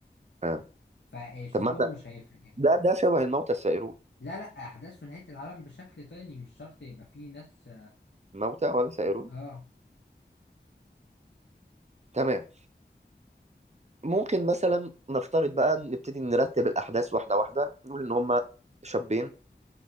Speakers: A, on the right; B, on the left.
A: آه.
B: فشغلهم
A: طب ما احنا
B: مش هيفرق يعني
A: ده ده شبه الموتى السائرون
B: لا لا أحداث في نهاية العالم بشكل تاني مش شرط يبقى فيه ناس
A: الموتى ولا سائرون
B: آه
A: تمام ممكن مثلا نفترض بقى نبتدي نرتب الأحداث واحدة واحدة نقول إن هما شابين